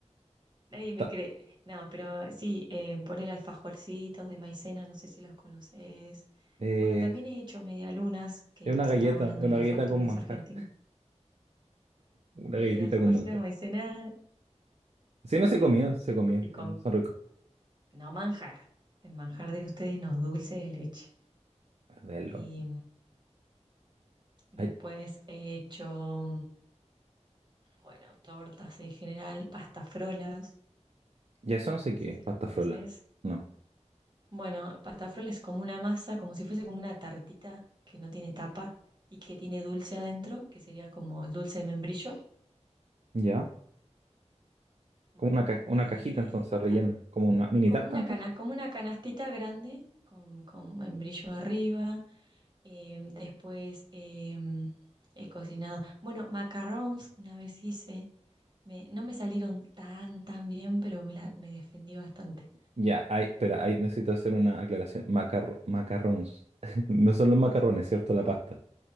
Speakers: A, on the right; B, on the right.
A: nadie me
B: ta-
A: cree. No, pero sí, eh, poner alfajorcitos de maicena, no sé si los conoces.
B: eh,
A: Bueno, también he hecho medialunas, que
B: es
A: hemos
B: una galleta,
A: estado hablando
B: es una
A: de las
B: galleta
A: facturas
B: con manjar.
A: argentinas.
B: Una
A: Eh,
B: galletita
A: alfajorcitos
B: con manjar.
A: de maicena,
B: Sí, no
A: claro.
B: se comió, se comió,
A: Y con,
B: se comió. Son ricos.
A: no manjar, el manjar de ustedes no, dulce de leche.
B: verlo.
A: Y después
B: Ay,
A: he hecho, bueno, tortas en general, pastafrolas
B: ya eso no sé
A: No
B: qué
A: sé si
B: es, pasta
A: las conoces.
B: frola. No.
A: Bueno, pastafroles es como una masa, como si fuese como una tartita que no tiene tapa y que tiene dulce adentro, que sería como el dulce de membrillo.
B: ¿Ya?
A: Bueno,
B: Como una, ca- una
A: y
B: cajita entonces
A: acá,
B: rellena. Como una mini
A: como
B: tarta
A: una
B: entonces.
A: cana, como una canastita grande con, con membrillo arriba. eh, después eh, he cocinado. Bueno, macarons una vez hice. Me- no me salieron tan, tan bien, pero me, la, me defendí bastante.
B: Ya, ay, espera, ahí necesito hacer una aclaración. Macarro, macarrons. <laughs> No son los macarrones, ¿cierto? La pasta.